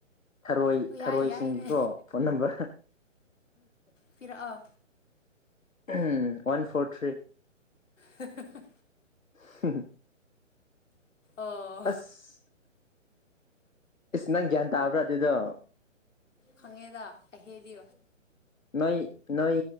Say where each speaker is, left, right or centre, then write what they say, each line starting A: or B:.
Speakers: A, on the left; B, on the left.
A: ꯊꯔꯣꯏ
B: ꯍꯣꯏ
A: ꯊꯔꯣꯏꯁꯤꯡꯒꯤꯀꯣ
B: ꯌꯥꯏ ꯌꯥꯏꯅꯦ
A: ꯐꯣꯟ ꯅꯝꯕꯔ
B: ꯄꯤꯔꯛꯑꯣ
A: ꯎꯝ ꯋꯥꯟ ꯐꯣꯔ ꯊ꯭ꯔꯤ
B: ꯍꯥ ꯍꯥ ꯍꯥ
A: ꯍꯍꯨꯝ
B: ꯑꯣ
A: ꯑꯁ ꯏꯁꯅꯪ ꯒꯤꯌꯥꯟ ꯇꯥꯕꯔ ꯑꯗꯨꯗ
B: ꯈꯪꯉꯦꯗ ꯑꯩꯍꯦꯗꯤ
A: ꯅꯣꯏ ꯅꯣꯏ